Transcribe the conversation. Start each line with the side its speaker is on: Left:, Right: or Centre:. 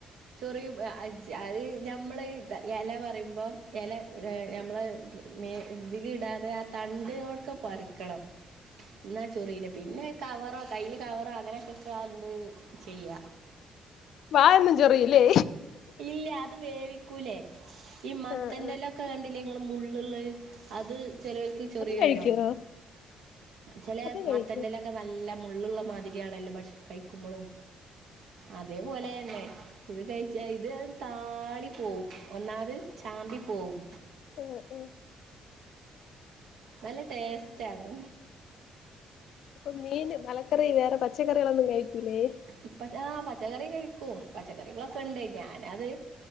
Right: ചെറിയു അത് ഞമ്മൾ എല പറയുമ്പോം എല ഞമ്മള മേ ഇതില ഇടാതെ ആ തണ്ടൊട്ക്കെ പറിക്കണം ന്നാ ചൊ റീലാപിന്നെ കവറോ കയ്യില് കവറോ അങ്ങനെയൊക്കെ ഇട്ട്ങ്ങാണ്ട് ചെയ്യാ
Left: വാ എന്നും ചൊറിലേ
Right: ഇല്ല അത് വേവിക്കൂലേ ഈ മത്തൻന്റെല
Left: ആ ആ
Right: ഒക്കെ കണ്ടില്ലേ നിങ്ങൾ മുള്ളത് അത് ചെലോൽക്ക് ചൊറിയാല്ലോ
Left: അത് കഴിക്കുവോ
Right: ചെറിയല്ലോ ചെലേമത്തൻ്റെലൊക്കെ
Left: അതും കഴിക്കും
Right: നല്ല മുള്ള് ള്ള മാതിരിയാണല്ലോ പക്ഷെ കഴിക്കുമ്പോളും അതേപോലെ ണ് ഇത് കഴിച്ച ഇത് താളി പോവും ഒന്നാമത് ചാമ്പി പോവും
Left: ആഹ് ആഹ്
Right: നല്ല ടേസ്റ്റ് ആണ്
Left: ഇപ്പൊ മീൻ മലക്കറി വേറെ പച്ചക്കറികളൊന്നും കഴിക്കൂലേ
Right: ഇപ്പ ആ പച്ചക്കറി കഴിക്കും പച്ചക്കറികളൊക്കെ ഇണ്ട് ഞാന അത്